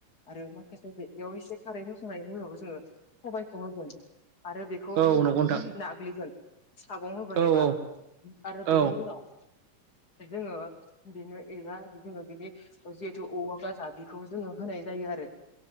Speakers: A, on the left; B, on the right.
A: आरो माखासे बेयाव एसे खारै होसांनायाव जोङो सबाइखौ। होगोन आरो बेखौ
B: औ नंगौ नोंथां
A: नाग्लिगोन। सागं होगोन
B: औ
A: एबा
B: औ
A: आरो
B: औ
A: बेनि उनाव ओमफाय जोंङो। बिनो एबा जोङो बिनि जिहेतु औवा गाजा बेखौ जोङो होनाय जायो आरो।